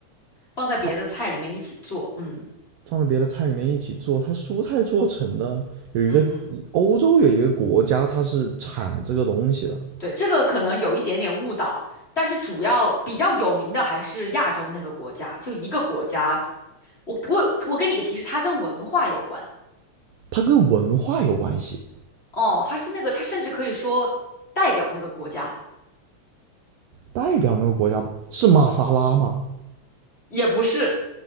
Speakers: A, on the left (about 20°); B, on the right (about 75°).
A: 放在别的菜里面一起做，
B: 它
A: 嗯
B: 放在别的菜里面一起做。它蔬菜做成的，有一个欧洲有一个国家，
A: 嗯嗯，
B: 它是产这个东西的，
A: 对，这个可能有一点点误导，但是主要比较有名的还是亚洲那个国家，就一个国家，我我我给你个提示，它跟文化有关，
B: 它跟文化有关系。
A: 哦，它是那个，它甚至可以说代表那个国家，
B: 代表那个国家是玛莎拉吗？
A: 也不是，